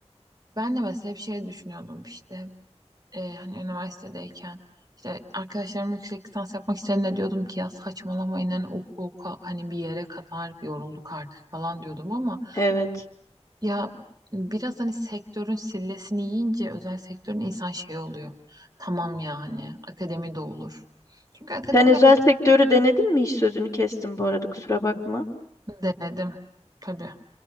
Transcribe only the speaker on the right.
Ben de mesela hep şey düşünüyordum işte e, hani üniversitedeyken işte arkadaşlarım yüksek lisans yapmak isteyenler diyordum ki ya saçmalamayın hani oku oku hani bir yere kadar yorulduk artık falan diyordum ama
ya biraz hani sektörün sillesini yiyince özel sektörün insan şey oluyor. Tamam yani akademi de olur. Çünkü akademi
Denedim. Tabii.